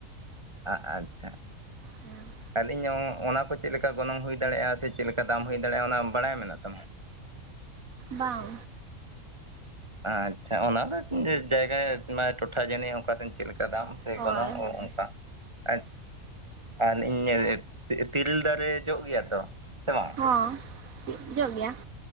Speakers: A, on the right (about 20°); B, on the right (about 80°).
A: ᱟ ᱟᱪᱪᱷᱟ
B: ᱦᱮᱸ
A: ᱟᱹᱞᱤᱧ ᱦᱚᱸ ᱚᱱᱟ ᱠᱚ ᱪᱮᱫ ᱞᱮᱠᱟ ᱜᱚᱱᱚᱝ ᱦᱩᱭ ᱫᱟᱲᱮᱭᱟᱜᱼᱟ ᱥᱮ ᱪᱮᱫ ᱞᱮᱠᱟ ᱫᱟᱢ ᱦᱩᱭ ᱫᱟᱲᱮᱭᱟᱜᱼᱟ ᱚᱱᱟ ᱵᱟᱲᱟᱭ ᱢᱮᱱᱟᱜ ᱛᱟᱢᱟ?
B: ᱵᱟᱝ
A: ᱟᱪᱪᱷᱟ ᱚᱱᱟ ᱫᱚ ᱡᱟᱭᱜᱟ ᱴᱚᱴᱷᱟ ᱡᱟᱹᱱᱤᱡ ᱚᱚᱱᱠᱟ ᱥᱮᱱ ᱪᱮᱫ ᱞᱮᱠᱟ ᱫᱟᱢ ᱥᱮ
B: ᱦᱳᱭ
A: ᱜᱚᱱᱚᱝ ᱚ
B: ᱦᱳᱭ
A: ᱚᱱᱠᱟ ᱟᱡ ᱟᱨ ᱤᱧ ᱛᱤᱨᱤᱞ ᱫᱟᱨᱮ ᱡᱚᱜ ᱜᱮᱭᱟ ᱛᱚ ᱥᱮ ᱵᱟᱝ
B: ᱦᱚᱸ ᱡᱚᱜ ᱜᱮᱭᱟ